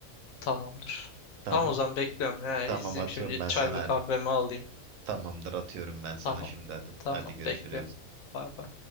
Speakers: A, on the left; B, on the right.
A: Tamamdır.
B: Tamam.
A: Tamam o zaman bekliyorum. Ha,
B: Tamam
A: izleyeyim
B: atıyorum
A: şimdi
B: ben
A: çayımı
B: sana hadi.
A: kahvemi alayım.
B: Tamamdır atıyorum ben sana
A: Tamam.
B: şimdi hadi.
A: Tamam
B: Hadi görüşürüz.
A: bekliyorum. Bay bay.